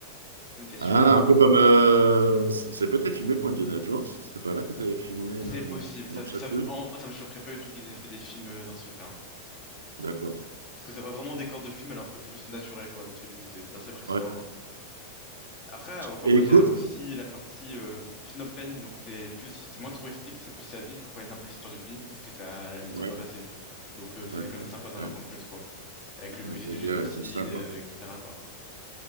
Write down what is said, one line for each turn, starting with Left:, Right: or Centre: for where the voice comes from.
Left: Donc, il y a celui-là.
Right: Ah, un peu comme. euh, c'est c'est peut-être filmé pour Indiana Jones. C'était pas là qu'ils avaient filmé. euh,
Left: C'est possible.
Right: Non,
Left: Ça, ça,
Right: je sais plus.
Left: me- en- ça me choquerait pas du tout qu'ils aient fait des films euh, dans ce truc-là. hein.
Right: D'accord.
Left: Parce que ça va vraiment des corps de film alors que c'est juste naturel, quoi, le truc. Donc, c'est c'est assez impressionnant
Right: Ouais.
Left: à voir. Après, au Cambodge,
Right: Et écoute,
Left: il y a aussi la partie euh, Phnom Penh. Donc, c'est plus, c'est moins touristique, c'est plus la ville pour connaître un peu l'histoire du pays. Parce que ça, elle a une histoire
Right: ouais,
Left: pas facile. Donc, euh, c'est
Right: ouais,
Left: quand
Right: ouais,
Left: même sympa d'en apprendre
Right: ouais,
Left: plus, quoi. avec le
Right: avec
Left: musée
Right: la
Left: du
Right: guerre
Left: génocide,
Right: et tout ça, quoi.
Left: euh, etc., quoi.